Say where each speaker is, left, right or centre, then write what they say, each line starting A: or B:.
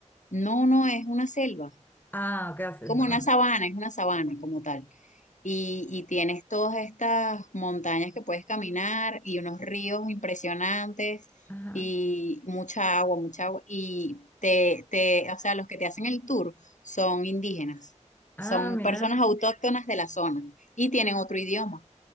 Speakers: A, on the left (about 80°); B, on the left (about 15°).
A: no, no es una selva.
B: Ah, ¿qué haces?
A: como una
B: Ah,
A: sabana, es una sabana como tal. Y, y tienes todas estas montañas que puedes caminar y unos ríos impresionantes
B: Ajá.
A: y mucha agua, mucha agua. Y te, te, o sea, los que te hacen el tour son indígenas,
B: Ah,
A: son
B: mira.
A: personas autóctonas de la zona y tienen otro idioma.